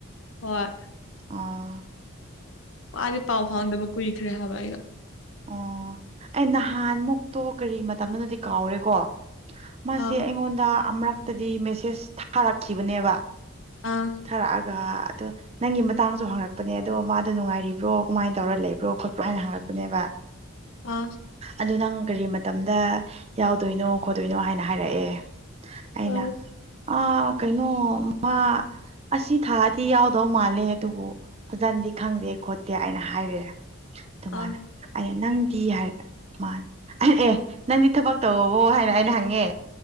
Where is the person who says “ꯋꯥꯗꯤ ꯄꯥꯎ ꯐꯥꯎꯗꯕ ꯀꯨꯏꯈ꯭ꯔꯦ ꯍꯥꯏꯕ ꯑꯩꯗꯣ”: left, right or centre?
Left